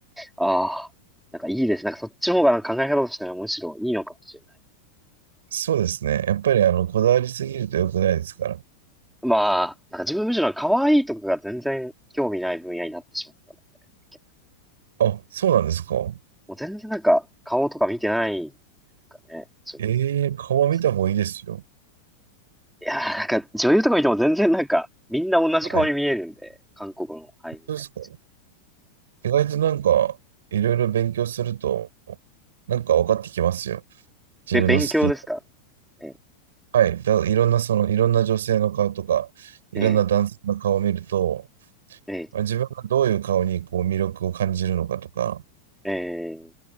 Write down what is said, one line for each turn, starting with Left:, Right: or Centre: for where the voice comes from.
Centre: ああー、なんかいいです。なんかそっちの方がなんか考え方としてはむしろいいのかもしれない。
Right: そうですね。やっぱりあのこだわりすぎると良くないですから。
Centre: まあ、なんか自分むしろ可愛いとかが全然興味ない分野になってしまったんだっけ。
Right: あ、そうなんですか。は
Centre: もう全然なんか顔とか見てないんですかね。そういうと、
Right: い、ええー、顔は見た方がいいですよ。
Centre: 女性と。いやーなんか女優とか見ても全然なんかみんな同じ顔に見えるんで、
Right: はい。本
Centre: 韓国の俳優みたいな。
Right: 当ですか。意外となんか、いろいろ勉強すると、なんか分かってきますよ。自分の好きな。
Centre: べ、勉強ですかえ、
Right: はい。だ、いろんな、その、いろんな女性の顔とか、いろんな男性の顔を見ると、
Centre: え、え、え、
Right: 自分がどういう顔にこう魅力を感じるのかとか、
Centre: え、